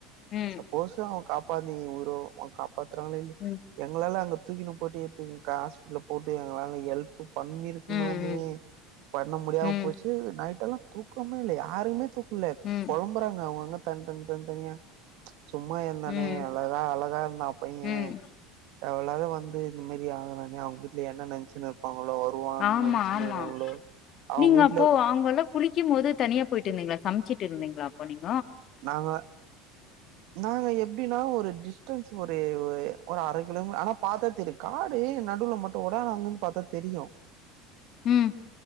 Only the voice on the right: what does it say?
சப்போஸ் அவுங்க காப்ப ப்ப வந்து நீ உயிரும் ஊம் காப்ப பாத்துதாங்ளா இல்லய
எங்களால அங்க துக்கினு போட்டு எடுத்து வைக்கா ஹாஸ்பிட்டல் போனு போட்டு எங்களால ஹெல்ப் பண்ணிருக்கணுமே
பண்ண முடியாம
போச்சு நைட்டு எல்லா தூக்கமே இல்ல யாருக்குமே தூங்க இல்ல
பொழம்புறாங்க அவுங்க அவுங்க தந் தந் தந் தனியா சும்மா இருந்தானே
அழகா அழகா இருந்தா பைய
தேவல்லாதா வந்து இந்த மாதிரி ஆகுறானே அவுங்க இல்ல என்ன நினச்சுனுருப்பா மாப்ள வருவான்னு
நன்ச்சுனுயிருக்கங்ளோ
அவுங்
வீட்ல
நாங்க நாங்க எப்டினா ஒரு டிஸ்டன்ஸ் ஒரே ஒ து ஒரு அர கிலோமு ஆனா பாத்தா தெரியு காடு நடுவுல மட்டு ஒட அங்கிந் பாத்தா தெரியும்